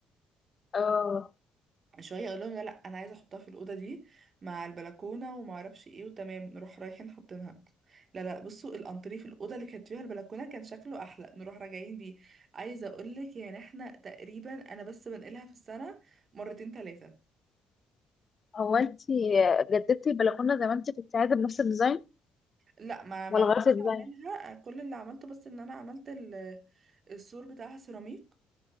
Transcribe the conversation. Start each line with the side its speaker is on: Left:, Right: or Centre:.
Left: اه
Right: شويه اقول لهم لا لا انا عايزه احطها في الاوضه دي مع البلكونه وما اعرفش ايه وتمام نروح رايحين حاطينها لا لا بصوا الانتريه في الاوضه اللي كانت فيها البلكونه كان شكله احلى نروح راجعين بيه عايزه اقول لك يعني احنا تقريبا انا بس بنقلها في السنه مرتين ثلاثه
Left: هو انت جددتي البلكونه زي ما انت كنت عايزه بنفس الديزاين
Right: لا ما ما
Left: ولا
Right: نفعش
Left: غيرتي الديزاين
Right: اعملها كل اللي عملته بس ان انا عملت ال- السور بتاعها سيراميك